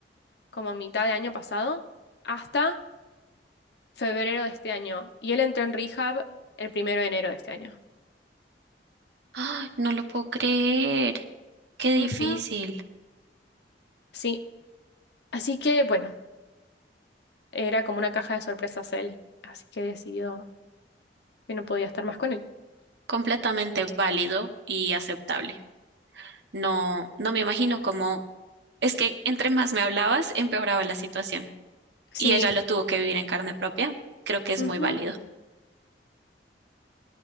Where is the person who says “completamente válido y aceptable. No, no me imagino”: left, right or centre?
Right